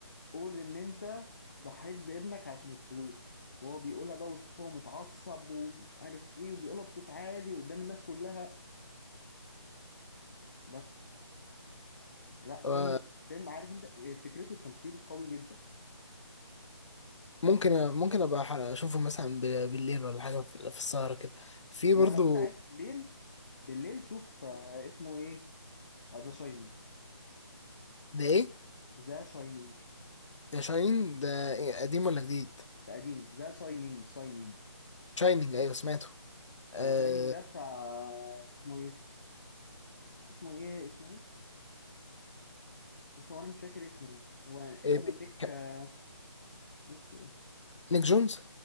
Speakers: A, on the left; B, on the left.
A: قول ان انت ضحيت بابنك عشان الفلوس وهو بيقولها بقى وتشوفه هو متعصب ومش عارف ايه وبيقولها بصوت عالي قدام الناس كلها بس لا
B: آه،
A: فيلم فيلم عارف انت إيه، فكرته التمثيل قوي جدا
B: ممكن ممكن ابقى أح- اشوفه مثلا ب- بالليل ولا حاجة في في السهرة كده في
A: لا
B: برضو
A: لو انت عايز بالليل بالليل شوف آه، اسمه ايه ذا شاينينج
B: ده ايه؟
A: ذا شاينينج
B: ده شاينين ده إيه؟ قديم ولا جديد؟
A: ده قديم ذا شاينينج شاينينج
B: شاينينج ايوه سمعته آه...
A: ذا شاينينج ده بتاع اسمه ايه اسمه ايه اسمه ايه بس هو انا مش فاكر اسمه هو اسمه
B: إيه ب-
A: نيك
B: ك-
A: آه، نيك إيه؟
B: نيك جونز